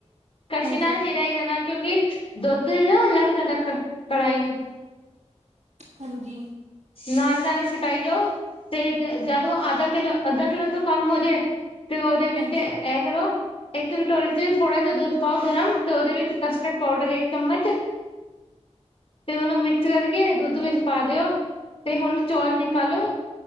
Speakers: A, on the left (about 55°); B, on the right (about 75°).
A: ਕੜਛੀ
B: ਹਾਂਜੀ
A: ਨਾਲ ਹਿਲਾਈ ਜਾਣਾ। ਕਿਉਂਕਿ ਦੁੱਧ ਵੀ ਨਾ ਲੱਗ ਜਾਂਦਾ ਕ, ਕੜਾਹੀ ਨੂੰ।
B: ਹਾਂਜੀ।
A: ਨਾਲ ਹੀ ਨਾਲੇ ਛੁਟਾਈ ਜਾਓ, ਤੇ ਜਦ ਉਹ ਆਧਾ ਕਿੱਲੋ, ਅੱਧਾ ਕਿੱਲੋ ਤੋ ਕੰਮ ਹੋ ਜੇ। ਤੇ ਉਹਦੇ ਵਿੱਚ
B: ਹਾਂਜੀ
A: ਇਂਹ ਕਰੋ। ਇੱਕ ਕਟੋਰੀ ਚ ਹੀ ਥੋੜਾ ਜਿਹਾ ਦੁੱਧ ਪਾਓ ਗਰਮ, ਤੇ ਉਹਦੇ ਵਿੱਚ ਕਸਟਰਡ ਪਾਊਡਰ ਇੱਕ ਚਮਚ। ਤੇ ਉਹਨੂੰ ਮਿਕਸ ਕਰਕੇ ਦੁੱਧ ਵਿੱਚ ਪਾ ਦਿਓ। ਤੇ ਹੁਣ ਚੌਲ ਨਿਕਾਲੋ,